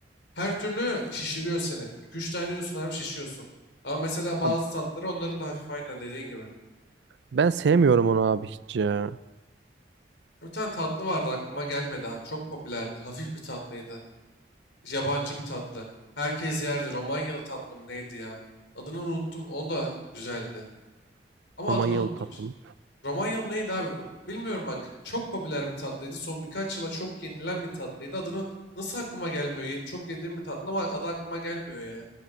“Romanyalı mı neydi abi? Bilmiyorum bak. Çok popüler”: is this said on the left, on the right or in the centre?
Left